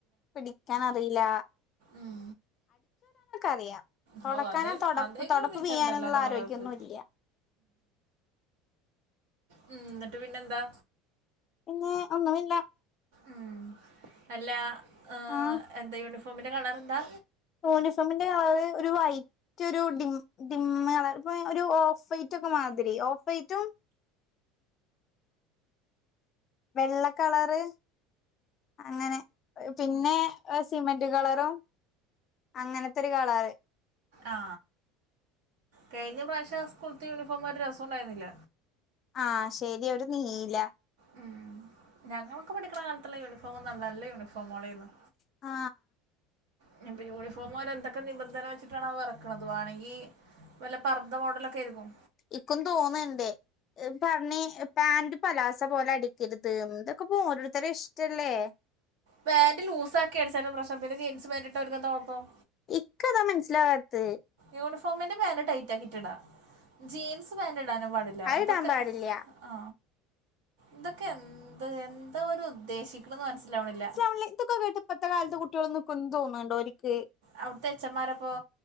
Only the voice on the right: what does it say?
ഉം
ഹാവു അതെല്
അതേന്ന്
മെച്ചവുണ്ടല്ലോ
അന്റെ
മകൾക്ക്
ഉം എന്നിട്ട് പിന്നെന്താ
ഉം അല്ലാ ഹ്
എന്താ യൂണിഫോമിന്റെ കളർ എന്താ
ആ കഴിഞ്ഞ പ്രാവശ്യം സ്കൂൾത്തെ യൂണിഫോം ഒരു രസം ഉണ്ടായിരുന്നില്ല
ഉം ഞങ്ങളൊക്ക പഠിക്കണ കാലത്തുള്ള യൂണിഫോമെന്ന് പറഞ്ഞാൽ നല്ല യൂണിഫോമോഡായിരുന്ന്
ഇനിപ്പൊ യൂണിഫോം അവര് എന്തൊക്കെ നിബന്ധന വെച്ചിട്ടാണാവോ എറക്കണത് വേണങ്കി വല്ല പർദ മോഡലൊക്കായിരിക്കും
പാന്റ് ലൂസ് ആക്കിയടിച്ചാലും പ്രശ്നം പിന്നെ ജീൻസ് പാന്റ് ഇട്ടാ അവർക്കെന്താ കൊഴപ്പം
യൂണിഫോമിന്റെ പാന്റ് ടൈറ്റ് ആക്കിട്ടിടാ ജീൻസ് പാന്റ് ഇടാനും പാടില്ല
ഇതൊക്ക
ആ ഇതൊക്കെ എന്ത് എന്താ അവര് ഉദ്ദേശിക്കണന്ന് മനസ്സിലാവണില്ല
അവിടുത്തെ എച്ചം ആരാപ്പൊ